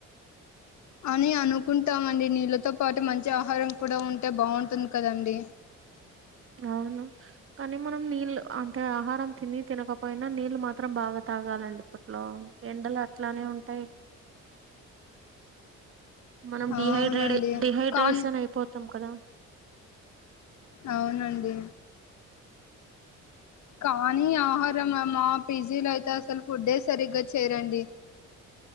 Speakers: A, on the left (about 70°); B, on the right (about 45°).
A: అని అనుకుంటామండి నీళ్ళతో పాటు మంచి ఆహారం కూడా ఉంటే బాగుంటుంది కదండి
B: అవును కానీ మనం నీళ్ళు అంటే ఆహారం తిని తినక పోయినా నీళ్లు మాత్రం బాగా తాగాలండి. ఇప్పట్లో ఎండలు అట్లానే ఉంటాయి. మనం
A: అవునండి
B: డిహైడ్రే డిహైడ్రేషన్
A: కాన్
B: అయిపోతాం కదా
A: అవునండి. కానీ ఆహారం అమ్మా పీజీ లో అయితే అసలు ఫుడ్డే సరిగ్గా చేయరండి.